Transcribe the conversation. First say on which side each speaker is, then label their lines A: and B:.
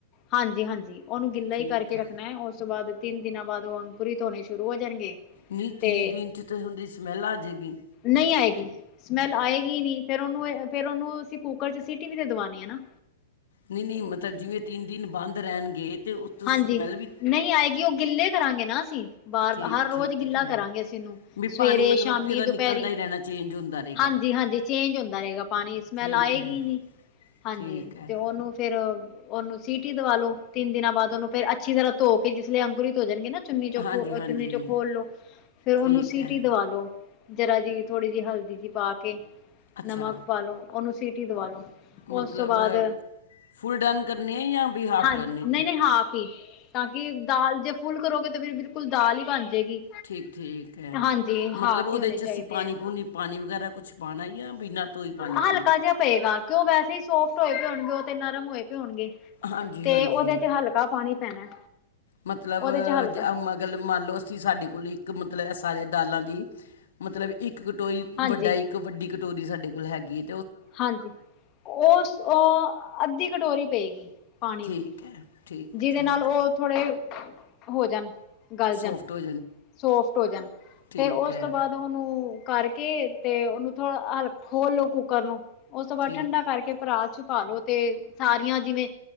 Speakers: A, on the left; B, on the left.
A: ਹਾਂਜੀ-ਹਾਂਜੀ, ਉਹਨੂੰ ਗਿੱਲਾ
B: ਠੀਕ
A: ਹੀ ਕਰਕੇ
B: ਹੈ
A: ਰੱਖਣਾ ਉਸ ਤੋਂ ਬਾਅਦ ਤਿੰਨ ਦਿਨਾਂ ਬਾਅਦ ਉਹ ਅੰਗਪੁਰੀ ਧੋਣੇ ਸ਼ੁਰੂ ਹੋ ਜਾਣਗੇ।
B: ਨਹੀਂ ਤਿੰਨ
A: ਤੇ
B: ਦਿਨ 'ਚ ਓਦੀ ਸਮੈੱਲ ਆਜੇਗੀ।
A: ਨਹੀਂ ਆਏਗੀ ਸਮੈਲ ਆਏਗੀ ਨਹੀਂ ਫੇਰ ਉਹਨੂੰ ਫੇਿਰ ਉਹਨੂੰ ਅਸੀਂ ਕੁੂੱਕਰ ਚ ਸੀਟੀ ਵੀ ਤੇ ਦਵਾਣੀ ਐ ਨਾ।
B: ਨਹੀਂ-ਨਹੀਂ, ਮਤਲਬ ਜਿਵੇਂ ਤਿੰਨ ਦਿਨ ਬੰਦ ਰਹਿਣਗੇ ਤੇ
A: ਹਾਂਜੀ,
B: ਸਮੈਲ ਵੀ
A: ਨਹੀਂ ਆਏਗੀ ਉਹ ਗਿੱਲੇ ਕਰਾਂਗੇ ਨਾ ਅਸੀਂ। ਬਾਰ
B: ਠੀਕ
A: ਹਰ ਰੋਜ਼
B: ਠੀਕ
A: ਗਿੱਲਾ
B: ਹੈ
A: ਕਰਾਂਗੇ ਅਸੀਂ ਇਹਨੂੰ
B: ਵੀ
A: ਸਵੇਰੇ,
B: ਪਾਣੀ ਮਤਲਬ
A: ਸ਼ਾਮੀ,
B: ਕਿ ਉਹਦਾ ਨਿਕਲਦਾ
A: ਦੁਪਹਿਰੀ
B: ਹੀ ਰਹਿਣਾ ਚੇਂਜ ਹੁੰਦਾ ਰਹੇਗਾ
A: ਹਾਂਜੀ-ਹਾਂਜੀ। ਚੇਂਜ ਹੁੰਦਾ ਰਹੇਗਾ ਪਾਣੀ ਸਮੈਲ
B: ਠੀਕ
A: ਆਏਗੀ
B: ਹੈ
A: ਨੀ ਹਾਂਜੀ
B: ਠੀਕ ਹੈ
A: ਤੇ ਉਹਨੂੰ ਫ਼ੇਰ ਉਹਨੂੰ ਸੀਟੀ ਦਵਾ ਲੋ ਤਿੰਨ ਦਿਨਾਂ ਬਾਅਦ ਉਹਨੂੰ ਫੇਰ ਅੱਛੀ ਤਰ੍ਹਾਂ ਧੋ ਕੇ ਜਿਸ ਲਈ ਅੰਕੁਰਤੀ ਹੋ ਜਾਣਗੇ ਨਾ। ਚੁੰਨੀ ਚੋਂ
B: ਹਾਂਜੀ
A: ਖੋ
B: ਹਾਂਜੀ
A: ਚੁੰਨੀ ਚੋੋਂ ਖੋਲ ਲੋ ਫੇਰ
B: ਠੀਕ
A: ਉਹਨੂੰ ਸੀਟੀ
B: ਹੈ
A: ਦਵਾ ਲੋ। ਜਰਾ ਜਿਹੀ ਥੋੜ੍ਹੀ ਜਿਹੀ ਹਲਦੀ ਜਿਹੀ ਪਾ ਕੇ
B: ਅੱਛਾ
A: ਨਮਕ ਪਾ ਲੋ ਉਹਨੂੰ ਸੀਟੀ ਦਵਾ ਲੋ।
B: ਮਤਲਬ
A: ਉਸ ਤੋਂ ਬਾਅਦ
B: ਫੁੱਲ ਡਨ ਕਰਨੀ ਆ ਜਾਂ ਵੀ ਹਾਫ
A: ਹਾਂ
B: ਡਨ
A: ਨਹੀਂ-ਨਹੀਂ
B: ਏਦੀ।
A: ਹਾਫ ਤਾਂ ਕਿ ਦਾਲ ਜੇ ਫੁੱਲ ਕਰੋਗੇ ਤਾਂ ਫਿਰ ਬਿਲਕੁਲ ਦਾਲ ਹੀ ਬਣ ਜੇਗੀ।
B: ਠੀਕ ਠੀਕ ਐ,
A: ਹਾਂਜੀ
B: ਮਤਲਬ
A: ਹਾਫ
B: ਉਹਦੇ
A: ਈ ਹੋਣੇ
B: 'ਚ
A: ਚਾਹੀਦੇ
B: ਅਸੀਂ ਪਾਣੀ
A: ਐ।
B: ਪੂਣੀ ਪਾਣੀ ਵਗੈਰਾ ਕੁਛ ਪਾਣਾ ਜਾ ਬਿਨਾਂ ਤੋਂ ਹੀ ਪਾਣੀ
A: ਹਲਕਾ
B: ਤੋਂ ਹੀ
A: ਜਾ ਪਏਗਾ ਕਿਉਂ ਉਹ ਵੈਸੇ ਹੀ ਸੋਫਟ ਹੋਏ ਪਏ ਹੋਣਗੇ ਉਹ ਤੇ ਨਰਮ ਹੋਏ ਪਏ ਹੋਣਗੇ।
B: ਹਾਂਜੀ
A: ਤੇ
B: ਹਾਂਜੀ
A: ਉਹਦੇ ਤੇ ਹਲਕਾ ਪਾਣੀ ਪੈਣਾ।
B: ਮਤਲਬ
A: ਉਹਦੇ ਚ ਹਲਕਾ
B: ਮਤਲਬ ਮੰਨਲੋ ਅਸੀਂ ਸਾਡੇ ਕੋਲ ਸਾਰੇ ਦਾਲਾਂ ਦੀ ਇੱਕ ਕਟੋਰੀ।
A: ਹਾਂਜੀ
B: ਵੱਡਾ ਇੱਕ ਵੱਡੀ ਕਟੋਰੀ ਸਾਡੇ ਕੋਲ ਹੈਗੀ ਐ।
A: ਹਾਂਜੀ, ਉਹ ਉਹ ਅੱਧੀ ਕਟੋਰੀ ਪਏਗੀ। ਪਾਣੀ
B: ਠੀਕ
A: ਦੀ
B: ਹੈ ਠੀਕ
A: ਜਿਹਦੇ
B: ਠੀਕ
A: ਨਾਲ ਉਹ ਥੋੜੇ ਹੋ ਜਾਣ। ਗਲ ਜਾਣ
B: ਸੋਫਟ ਹੋ
A: ਸੋਫਟ ਹੋ ਜਾਣ
B: ਠੀਕ
A: ਫੇਰ ਉਸ
B: ਹੈ
A: ਤੋਂ ਬਾਅਦ। ਉਹਨੂੰ ਕਰਕੇ ਤੇ ਉਹਨੂੰ ਥੋੜਾ ਖੋਲ ਲੋ ਕੁੂੱਕਰ ਨੂੰ। ਉਸ ਤੋਂ ਬਾਅਦ
B: ਠੀਕ
A: ਠੰਡਾ ਕਰਕੇ ਭਰਾ ਚ। ਪਾਲੋ ਤੇ ਸਾਰੀਆਂ ਜਿਵੇਂ